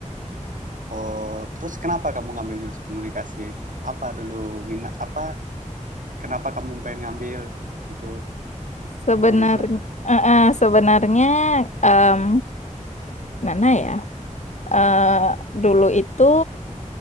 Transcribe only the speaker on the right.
Oh, terus kenapa kamu ngambil jurusan komunikasi? Apa dulu minat apa? Kenapa kamu pengen ngambil itu? Ya
pokoknya begitulah.